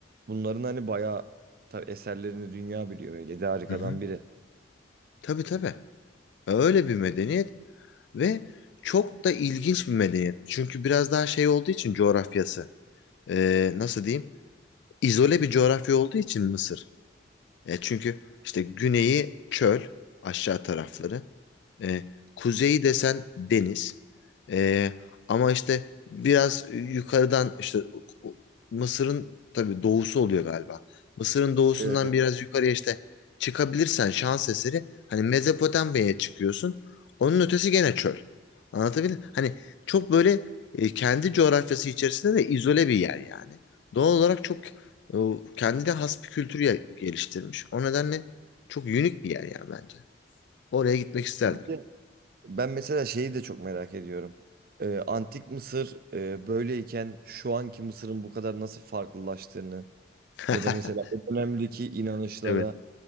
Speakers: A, on the right (about 50°); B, on the left (about 65°).
A: Bunların hani bayağı tabii eserlerini dünya biliyor. Yedi harikadan
B: Hı hı.
A: biri.
B: Tabii tabii. Öyle bir medeniyet. Ve çok da ilginç bir medeniyet. Çünkü biraz daha şey olduğu için coğrafyası. e, nasıl diyeyim? İzole bir coğrafya olduğu için Mısır. E, çünkü işte güneyi çöl aşağı tarafları. E, kuzeyi desen deniz. E, ama işte biraz yukarıdan işte Mısır'ın tabii doğusu oluyor galiba. Mısır'ın doğusundan
A: Evet. evet.
B: biraz yukarıya işte çıkabilirsen şans eseri hani Mezopotamya'ya çıkıyorsun. Onun ötesi gene çöl. Anlatabildim? Hani çok böyle e, kendi coğrafyası içerisinde de izole bir yer yani. Doğal olarak çok e, kendine has bir kültür ya- geliştirmiş. O nedenle çok unik bir yer yani bence. Oraya gitmek isterdim.
A: Bir de Ben mesela şeyi de çok merak ediyorum. Ee, Antik Mısır e, böyleyken şu anki Mısır'ın bu kadar nasıl farklılaştığını
B: <laughs>
A: ya da mesela o dönemdeki inanışlara
B: Evet.